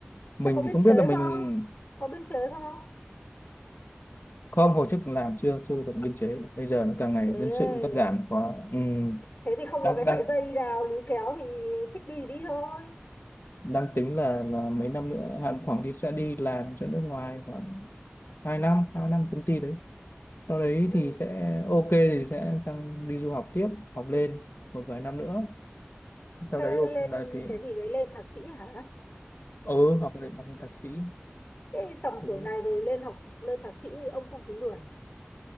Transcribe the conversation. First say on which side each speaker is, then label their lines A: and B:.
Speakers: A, on the left; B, on the left.
A: mình
B: thế có biên
A: thì không
B: chế
A: biết là mình
B: không có biên chế không
A: không hồi chức làm chưa chưa được biên chế bây giờ nó càng ngày
B: thế
A: nhân sự cũng cắt giảm quá ừ,
B: thế thì không
A: đang
B: có cái sợi
A: đang
B: dây nào líu kéo thì thích đi thì đi thôi
A: đang tính là là mấy năm nữa Hàn khoảng đi sẽ đi làm cho nước ngoài khoảng 2 năm hai năm công ty đấy sau đấy
B: ừ
A: thì sẽ ok thì sẽ sang đi du học tiếp học lên một vài năm nữa sau
B: thế
A: đấy ok
B: lên
A: là thì
B: cái gì đấy lên thạc sĩ hả
A: ừ học lên học lên thạc sĩ
B: thế tầm
A: thứ
B: tuổi này rồi lên học học lên thạc sĩ ông không thấy lười